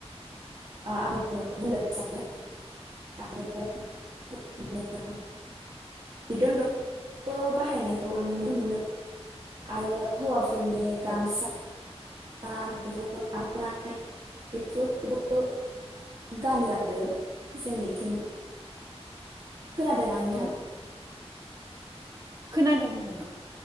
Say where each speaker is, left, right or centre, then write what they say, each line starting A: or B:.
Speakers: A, on the right (about 50°); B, on the right (about 35°).
A: ओ आं बुंनो सानो आरो <unintelligible> बिदिनो बिदन दख'ना बाहायनायखौ आं नुनो मोनो आरो हौवाफोरनि गामसा
B: औ
A: ना बे आर'नाइ बेफोरखौबो गानो आरो जोंनिथिंबो। खोनादोंना नोंथां?
B: औ खोनादों बिनानाव।